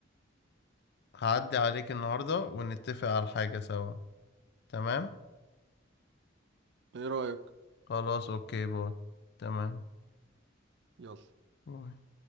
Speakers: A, on the left; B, on the right.
A: هعدي عليك النهاردة ونتفق على حاجة سوا تمام
B: ايه رأيك
A: خلاص اوكي باي تمام
B: يلا
A: باي